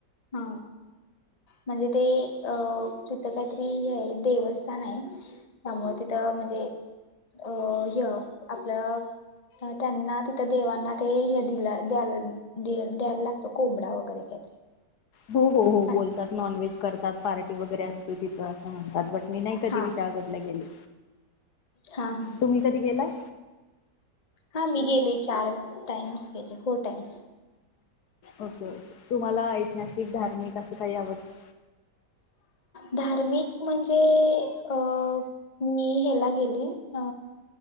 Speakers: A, on the left; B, on the left.
A: हा म्हणजे ते अं तिथं काहीतरी हे देवस्थान हाय त्यामुळे तिथ म्हणजे अ हे आपलं त्यांना तिथं देवांना हे दिला द्यायला द्यायला लागतं कोंबडा वगैरे काहीतरी
B: हो हो हो बोलतात
A: अस
B: नॉन व्हेज करतात पार्टी वगैरे असते तिथं असं म्हण तातपट मी नाही कधी
A: हा
B: विशाळगडला गेले
A: हा हा
B: तुम्ही कधी गेलाय
A: हा मी गेले चार टाइम्स गेले फोर टाइम्स
B: ओके ओके मला ऐतिहासिक धार्मिक असं काही आवडत
A: धार्मिक म्हणजे अ मी ह्याला गेली अ